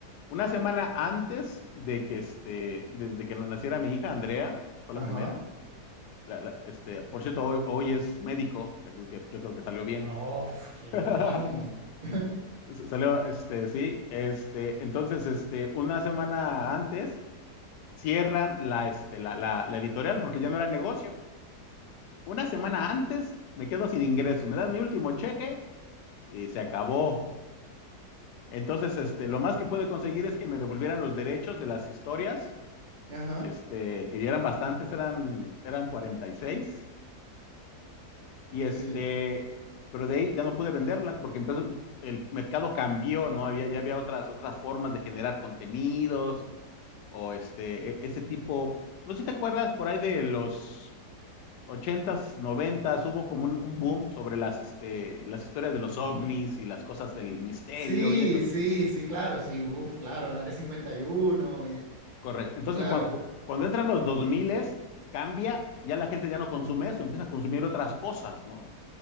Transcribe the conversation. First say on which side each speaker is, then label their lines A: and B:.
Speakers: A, on the left; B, on the right.
A: una semana antes de que, este, de, de que naciera mi hija, Andrea, fue
B: Ajá.
A: la primera. La- la- este, por cierto, hoy, hoy es médico, así es que yo creo que salió bien.
B: Uno, ¡Uf! ¡Qué
A: <laughs>
B: bueno! <laughs>
A: Salió, este, sí, este, entonces, este, una semana antes cierran la, este, la, la, la editorial porque ya no era negocio. Una semana antes me quedo sin ingresos, me dan mi último cheque y se acabó. Entonces, este, lo más que pude conseguir es que me devolvieran los derechos de las historias,
B: Ajá.
A: este, que ya eran bastantes, eran, eran cuarenta y seis Y este,
B: Sí.
A: pero de ahí ya no pude venderlas porque empezó, el mercado cambió, ¿no? Había, ya había otras, otras formas de generar contenidos o este, e- este tipo. No sé si te acuerdas por ahí de los ochentas, noventas, hubo como un, un boom sobre las, este, las historias de los
B: Ujú.
A: ovnis y las cosas del misterio
B: Sí,
A: y eso.
B: sí, sí, claro, sí, uf, claro, el Área 51 y, uno y
A: Correcto. Entonces,
B: y claro,
A: cuando, cuando entran los dos miles, cambia, ya la gente ya no consume eso, empieza a consumir otras cosas, ¿no?